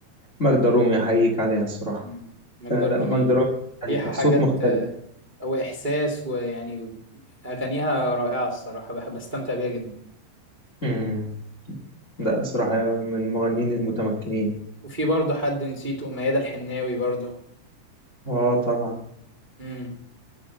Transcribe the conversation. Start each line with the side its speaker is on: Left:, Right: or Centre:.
Left: ماجدة رومي احييك عليها الصراحه
Right: مم. ماجدة
Left: آه
Right: الرومي
Left: لا ماجدة رومي مختلفة
Right: ليها حاجات
Left: صوت مختلف
Right: آه، او احساس ويعني اغانيها رائعه الصراحه بحب استمتع بيها جدا
Left: امم لا صراحة من المغنيين المتمكنين
Right: وفي برضه حد نسيته ميادة الحناوي برضه
Left: اه طبعا
Right: امم